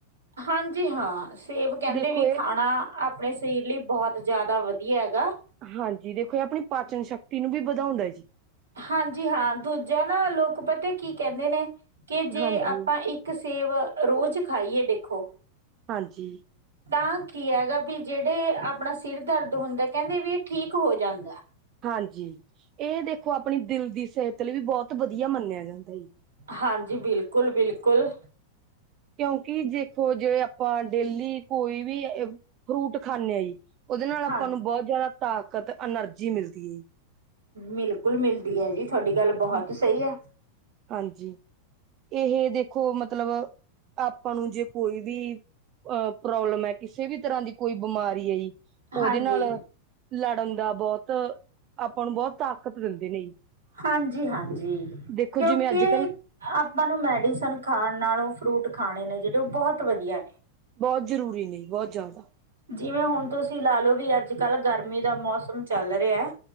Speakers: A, on the right; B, on the right.
A: ਹਾਂਜੀ ਹਾਂ, ਸੇਬ ਕਹਿੰਦੇ
B: ਦੇਖੋ
A: ਵੀ
B: ਇਹ
A: ਖਾਣਾ ਆਪਣੇ ਸਰੀਰ ਲਈ ਬਹੁਤ ਜ਼ਿਆਦਾ ਵਧੀਆ ਹੈਗਾ।
B: ਹਾਂਜੀ, ਦੇਖੋ ਇਹ ਆਪਣੀ ਪਾਚਨ ਸ਼ਕਤੀ ਨੂੰ ਵੀ ਵਧਾਉਂਦਾ ਜੀ।
A: ਹਾਂਜੀ ਹਾਂ, ਦੂਜਾ ਨਾ ਲੋਕ ਪਤਾ ਕੀ ਕਹਿੰਦੇ ਨੇ ਕਿ ਜੇ
B: ਹਾਂਜੀ,
A: ਆਪਾਂ ਇੱਕ ਇੱਕ ਸੇਬ ਰੋਜ਼ ਖਾਈਏ ਦੇਖੋ
B: ਹਾਂਜੀ।
A: ਤਾਂ ਕੀ ਹੈਗਾ ਵੀ ਜਿਹੜੇ ਆਪਣਾ ਸਿਰ ਦਰਦ ਹੁੰਦਾ ਕਹਿੰਦੇ ਵੀ ਇਹ ਠੀਕ ਹੋ ਜਾਂਦਾ।
B: ਹਾਂਜੀ। ਇਹ ਦੇਖੋ ਆਪਣੀ ਦਿਲ ਦੀ ਸਿਹਤ ਲਈ ਵੀ ਬਹੁਤ ਵਧੀਆ ਮੰਨਿਆ ਜਾਂਦਾ।
A: ਹਾਂਜੀ, ਬਿਲਕੁਲ- ਬਿਲਕੁਲ।
B: ਕਿਉਂਕਿ ਦੇਖੋ ਜੇ ਆਪਾਂ ਡੇਲੀ ਕੋਈ ਵੀ ਫਰੂਟ ਖਾਂਦੇ ਹਾਂ ਜੀ। ਉਹਦੇ ਨਾਲ ਆਪਾਂ
A: ਹਾਂ
B: ਨੂੰ ਬਹੁਤ ਜਿਆਦਾ ਤਾਕਤ, ਐਨਰਜੀ ਮਿਲਦੀ ਹੈ ਜੀ।
A: ਬਿਲਕੁਲ ਮਿਲਦੀ ਹੈ ਜੀ ਤੁਹਾਡੀ ਗੱਲ ਬਹੁਤ
B: ਜੀ
A: ਸਹੀ ਹੈ।
B: ਹਾਂਜੀ। ਇਹ ਦੇਖੋ ਮਤਲਬ ਆਪਾਂ ਨੂੰ ਜੇ ਕੋਈ ਵੀ ਅਹ ਪ੍ਰੋਬਲਮ ਹੈ ਕਿਸੇ ਵੀ ਤਰ੍ਹਾਂ ਦੀ ਕੋਈ ਬਿਮਾਰੀ ਹੈ ਜੀ।
A: ਹਾਂਜੀ
B: ਓਦੇ ਨਾਲ, ਲੜਨ ਦਾ ਬੋਤ, ਆਪਾ ਨੂੰ ਬੋਤ ਤਾਕਤ ਦਿੰਦੇ ਨੇ
A: ਹਾਂਜੀ-ਹਾਂਜੀ,
B: ਦੇਖੋ
A: ਕੇਓਕੇ
B: ਜਿਵੇਂ ਅੱਜ ਕੱਲ੍ਹ
A: ਅਪਾ ਨੂੰ ਮੈਡੀਸਨ ਖਾਣ ਨਾਲੋ ਫਰੂਟ ਖਾਣੇ ਨੇ ਜਿੜੇ ਓ ਬੋਹਤ ਵਧੀਆ ਨੇ
B: ਬਹੋਤ ਜ਼ਰੂਰੀ ਨੇ, ਜੀ ਬੋਤ ਜਾਦਾ
A: ਜਿਵੇ ਹੋਣ ਤੁਸੀ ਲਾ ਲੋ ਵੀ ਅੱਜ-ਕੱਲ ਗਰਮੀ ਦਾ ਮੌਸਮ ਚੱਲ ਰੇਐ